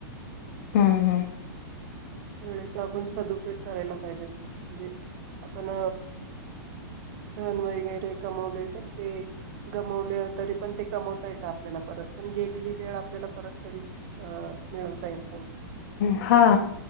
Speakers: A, on the left; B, on the right.
A: हम्म हम्म
B: वेळेचा आपण सदुपयोग करायला पाहिजे म्हणजे आपण धन वगैरे कमवले तर ते गमवले तरी पण ते कमवता येत आपल्याला परत पण गेलेली वेळ आपल्याला परत कधीच अ मिळवता येत नाही
A: हा